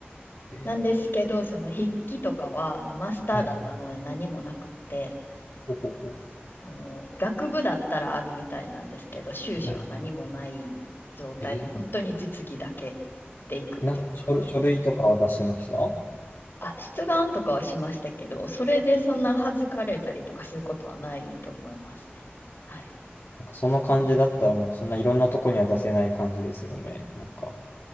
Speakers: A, on the left (about 80°); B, on the left (about 60°).
A: え
B: なんですけど、その筆記とかはもうマスターだったので何もなくって、
A: ー、はいほうほうほう。
B: あの、学部だったらあるみたいなんですけど、修士は何もない状態で、
A: はいえ
B: 本当に実技だけでいくっていう感じです。
A: ー、なんか書類、書類とかは出しましたあ
B: あ、出願とかはしましたけど、それでそんな恥ずかれたりとかすることはないと思いますね。はい。
A: なんかその感じだったらもうそんないろんなとこには出せない感じですよね。なんか、